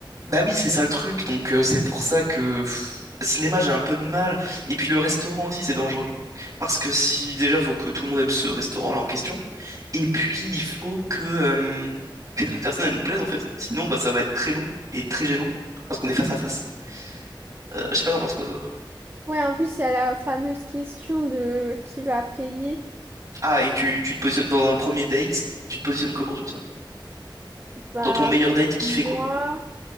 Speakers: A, on the right (about 45°); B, on the right (about 30°).
A: Bah oui, c'est ça le truc, donc euh, c'est pour ça que. pff, Cinéma, j'ai un peu de mal. Et puis le restaurant aussi, c'est dangereux. Parce que si déjà, faut que tout le monde aime ce restaurant-là en question. Et puis, il faut que, euh, <laughs> que la personne, elle nous plaise, en fait. Sinon, bah, ça va être très long et très gênant. Parce qu'on est face à face. Euh, je sais pas, t'en penses quoi, toi?
B: Ouais, en plus, il y a la fameuse question de qui va payer.
A: Ah, et tu, tu te positionnes dans un premier date, tu te positionnes comment sur ça?
B: Bah,
A: Dans ton meilleur date, qui
B: pour moi,
A: fait quoi?